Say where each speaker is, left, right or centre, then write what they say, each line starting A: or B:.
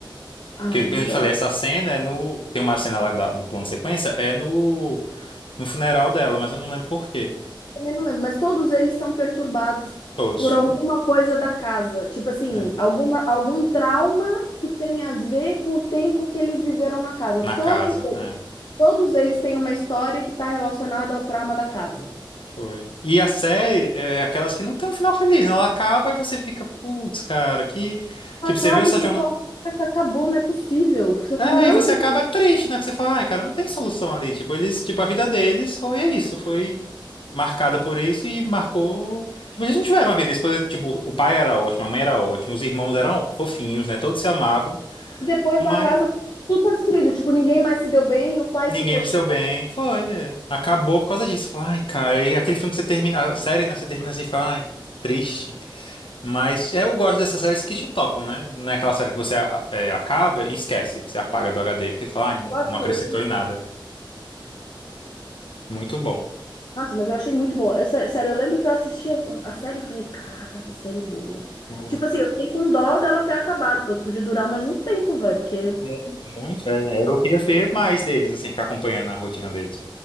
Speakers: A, on the left; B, on the left.
A: Ai,
B: Porque, como eu te falei, essa cena é no. Tem uma cena lá da- do plano de sequência, é no, no funeral dela, mas eu não lembro por quê.
A: Também não lembro, mas todos eles são perturbados
B: Todos.
A: por alguma coisa da casa. Tipo assim,
B: é.
A: alguma, algum trauma que tem a ver com o tempo que eles viveram na casa.
B: Na
A: Todos,
B: casa, é.
A: todos eles têm uma história que está relacionada ao trauma da casa.
B: Foi. E a série é é aquelas que não tem um final feliz, né? Ela acaba e você fica, putz, cara, que.
A: Acabe
B: Tipo, você viu essa
A: com
B: jornada.
A: caraca, acabou, não é possível. <laughs> Sabe?
B: É,
A: Não,
B: e você acaba triste, né? Que você fala, ai, cara, não tem solução ali. Tipo, eles, tipo, a vida deles foi é isso, foi. marcada por isso e marcou. Tipo, eles não tiveram uma vida. eles, Tipo, o pai era ótimo, a mãe era ótima, os irmãos eram fofinhos, né? Todos se amavam,
A: e depois
B: mas
A: da casa tudo tá destruído. Tipo, ninguém mais se deu bem, o pai
B: ninguém
A: se fechou,
B: mais se deu bem. Foi, é. Acabou por causa disso. Fala, Ai, cara, e aquele filme que você termina, a série, né? Você termina assim e fica, ai, triste. Mas é, eu gosto dessas séries que te tocam, né? Não é aquela série que você a- é, acaba e esquece, você apaga do HD, porque fala, ai, não,
A: eu achei.
B: não acrescentou em nada. Muito bom.
A: Nossa, mas eu achei muito boa. Eu sé- sério, eu lembro que eu assistia a série e falei, caraca, que série boa.
B: Boa.
A: Tipo assim, eu fiquei com dó dela ter acabado, porque podia durar mais um tempo, velho, porque
B: Muito, muito. É, eu queria ver mais deles, assim, ficar acompanhando a rotina deles.